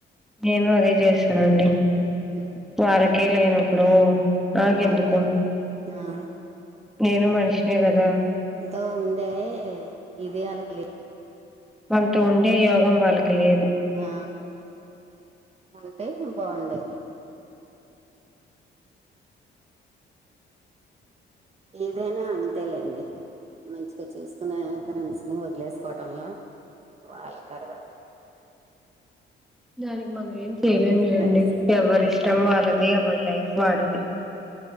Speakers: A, in the centre; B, on the right (about 30°).
A: నేను అదే చేసినండి
B: మ్
A: వారకే లేనప్పుడు నాకెందుకు
B: మనకేంటి ఆ
A: నేను మనిషినే కదా
B: ఎంతో ఉండే ఇది వాళ్ళకి లేదు
A: మనతో ఉండే యోగం వాళ్ళకి లేదు
B: ఆ ఉంటే బాగుండేది ఏదైనా అంతేలేండి మంచిగా చూసుకునే ఫ్రెండ్స్ ని వదిలేసుకోవటంలో వాళ్ళ తర్వాత
A: దానికి మనం ఏం చేయలేం లేండి
B: ఫ్రెండ్స్
A: ఎవరి ఇష్టం వాళ్ళది ఎవరి లైఫ్ వాడిది